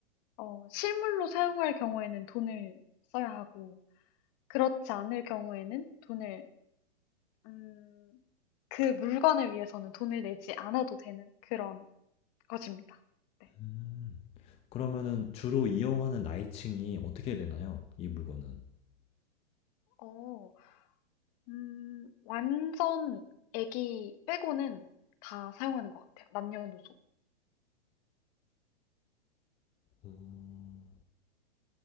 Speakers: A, on the left; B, on the left.
A: 어, 실물로 사용할 경우에는 돈을 써야 하고, 그렇지 않을 경우에는 돈을, 음, 그 물건을 위해서는 돈을 내지 않아도 되는 그런 것입니다. 네.
B: 음, 그러면은 주로 이용하는 나이층이 어떻게 되나요? 이 물건은?
A: 어, 음, 완전 애기 빼고는 다 사용하는 것 같아요. 남녀노소.
B: 음,